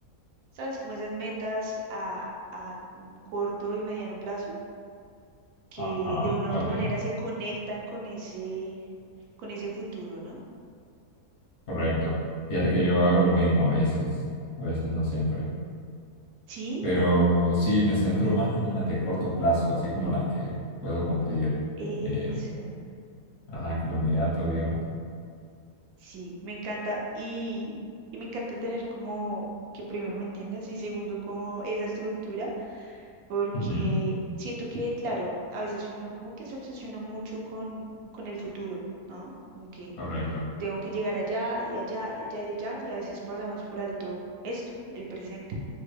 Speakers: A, on the right (about 75°); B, on the left (about 80°).
A: ¿sabes? Como esas metas a, a corto y mediano plazo que
B: Ajá,
A: de una
B: ok,
A: u otra manera se conectan con ese, con ese futuro, ¿no?
B: correcto. Fíjate que yo hago lo mismo a veces, a veces, no siempre.
A: Sí,
B: Pero sí, me centro más en las de corto plazo, así como las que puedo cumplir,
A: eso,
B: eh, ajá, como inmediato, digamos.
A: sí, me encanta y, y me encanta tener como que primero me entiendas y segundo como esa estructura porque
B: Ujú,
A: siento que, claro, a veces uno como que se obsesiona mucho con, con el futuro, ¿no? Como que
B: correcto.
A: tengo que llegar allá y allá y allá y allá, y a veces pasamos por alto esto, el presente.